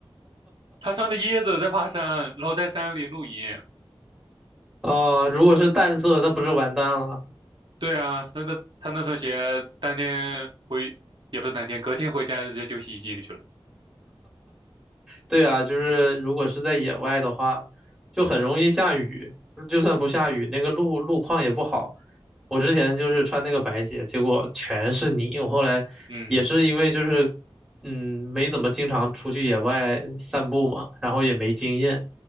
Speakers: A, on the right; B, in the centre.
A: 他穿的椰子在爬山，然后在山里露营。
B: 哦，如果是淡色，那不是完蛋了。
A: 对啊，他的他那双鞋当天回，也不是当天，隔天回家就直接丢洗衣机里去了。
B: 对啊，就是如果是在野外的话，就很容易下雨。就算不下雨，那个路路况也不好。我之前就是穿那个白鞋，结果全是泥。我后来也是因为就是，
A: 嗯
B: 嗯，没怎么经常出去野外散步嘛，然后也没经验，